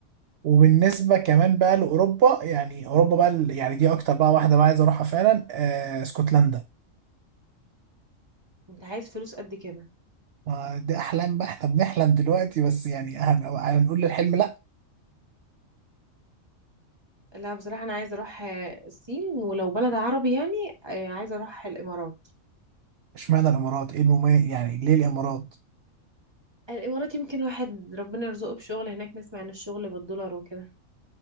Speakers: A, on the right (about 60°); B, on the right (about 20°).
A: وبالنسبة كمان بقى لأوروبا يعني أوروبا بقى ال- يعني دي أكتر بقى واحدة بقى عايز أروحها فعلا آه اسكتلندا
B: انت عايز فلوس قد كده
A: ما دي أحلام بقى إحنا بنحلم دلوقتي بس يعني هن- هنقول للحلم لأ
B: لا بصراحة انا عايزة اروح آه، الصين ولو بلد عربي يعني آه، عايزة اروح الامارات
A: اشمعنى الإمارات إيه المميز يعني ليه الإمارات
B: الامارات يمكن الواحد ربنا يرزقه بشغل هناك نسمع ان الشغل بالدولار وكده